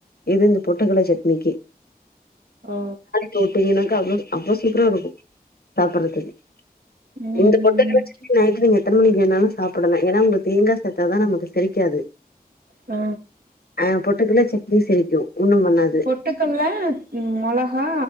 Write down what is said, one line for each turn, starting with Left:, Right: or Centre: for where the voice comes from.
Left: இது இந்த பொட்டுக்கல்ல சட்னிக்கு
Right: ஆ
Left: போட்டிங்கனாக்க அவ்ளோ அவ்ளோ சூப்பரா இருக்கு சாப்பறதுக்கு
Right: ம்
Left: இந்த
Right: ம்
Left: பொட்டுக்கடல
Right: ம்
Left: சட்னி நைட்டு நீங்க எத்தன மணிக்கு வேணாலு சாப்படலா ஏனா உங்க தேங்கா சேத்தாதா நமக்கு செரிக்காது
Right: அ
Left: அ பொட்டுக்கல்ல சட்னி செரிக்கு ஒன்னு பண்ணாது
Right: பொட்டுக்கல்ல மொளகா